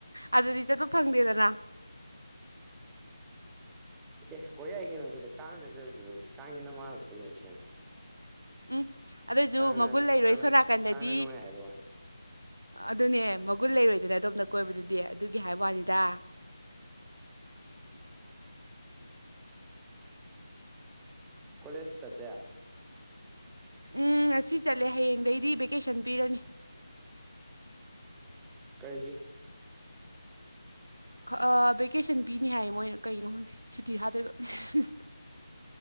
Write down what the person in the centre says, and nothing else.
ꯑꯦ ꯀꯣꯏ ꯌꯥꯏ ꯀꯩꯅꯣ ꯁꯤꯗ ꯀꯥꯡ ꯅꯠꯇꯔꯁꯨ ꯀꯥꯡꯒꯤ ꯅꯃꯥꯗ ꯀꯣꯏ ꯌꯥꯏ ꯀꯩꯅꯣ
ꯀꯥꯡꯅ
ꯀꯥꯡꯅ
ꯀꯥꯡꯅ ꯅꯨꯡꯉꯥꯏ ꯍꯥꯏꯕ ꯋꯥꯅꯤ
ꯀꯣꯂꯦꯁ ꯆꯠꯇꯦ
ꯀꯔꯤꯒꯤ